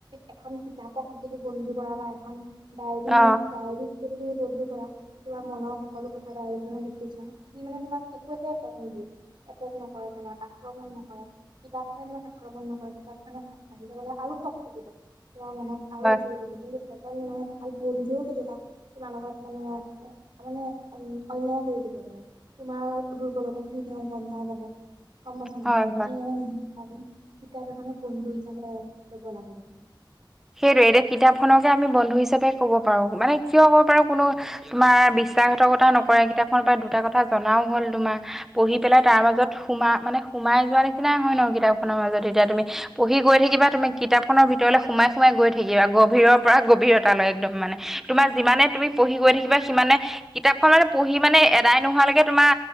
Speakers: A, on the right; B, in the centre.
A: এখন কিতাপক যদি বন্ধু কৰা বা এখন ডায়েৰী,
B: অ
A: ডায়ৰীক যদি তুমি বন্ধু কৰা, তোমাৰ মনৰ সকলো কথা ডায়েৰীখনত লিখি যোৱা, সি মানে তোমাক একো এটা নিদিয়ে, এটেক নকৰে তোমাক, আক্ৰমণ নকৰে, কিতাপখনে তোমাক আক্ৰমণ নকৰে। কিতাপখনে আগবাঢ়ি যাবলে আৰু শক্তি দিব। তোমাৰ মনত আৰু
B: হয়
A: জোৰ দিব। কিন্তু এজন মানে ভাল বন্ধুও কেতিয়াবা তোমাৰ লগত মানে মানে অন্যায় কৰি দিব। তোমাৰ দুৰ্বলতা ক খিনি তেওঁ গম পাই যাব গম পাইছে নহয়
B: হয় হয়
A: সেইকাৰণে মানুহ কিতাপ এখনত বন্ধু হিচাপে ল'ব লাগে মানে
B: সেইটোয়ে এতিয়া কিতাপখনকে আমি বন্ধু হিচাপে ক'ব পাৰো মানে কিয় ক'ব পাৰো কোনো তোমাৰ বিশ্বাসঘাতকতা নকৰে কিতাপখনৰ পৰা দুটা কথা জনাও হ'ল তোমাৰ পঢ়ি পেলাই তাৰ মাজত সোমা মানে সোমাই যোৱা নিচিনাই হয় ন কিতাপ খনৰ মাজত এতিয়া তুমি পঢ়ি গৈ থাকিবা তুমি কিতাপখনৰ ভিতৰলৈ সোমাই সোমাই গৈ থাকিবা গভীৰৰ পৰা গভীৰতা লয় একদম মানে তোমাৰ যিমানে তুমি পঢ়ি গৈ থাকিবা সিমানে কিতাপ খ মানে পঢ়ি মানে এদাই নোহোৱালৈকে তোমাৰ